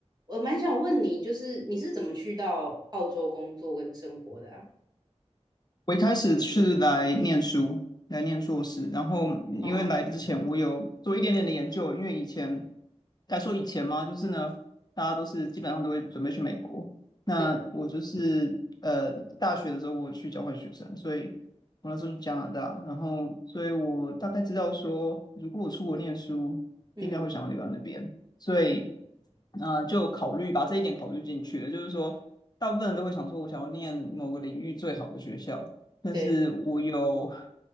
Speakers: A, on the right; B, on the left.
A: 我蛮想问你，就是你是怎么去到澳洲工作跟生活的啊
B: 我一开始是来念书，来念硕士，然后因为来之前我有做一点点的研究，
A: 嗯，
B: 因为以前该说以前嘛，就是呢，大家都是基本上都会准备去美国，那我就是呃大学的时候我去交换学生，
A: 对，
B: 所以我那时候去加拿大，然后所以我大概知道说，如果我出国念书，
A: 嗯，
B: 应该会想要留在那边，所以呃就考虑把这一点考虑进去了，就是说。大部分人都会想说，我想要念某个领域最好的学校，但是我有，
A: 对，